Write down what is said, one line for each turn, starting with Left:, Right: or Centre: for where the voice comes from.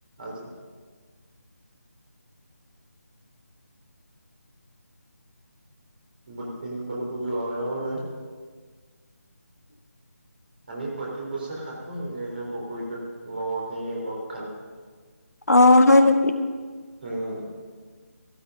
Right: আজি। বহুত দিন কলৈকো যোৱাও নাই। আমি প্ৰত্যেক বছৰে সাতো সেই পুখুৰীটোত লগৰখিনি অলপ
Left: অ হয় নেকি?
Right: উম।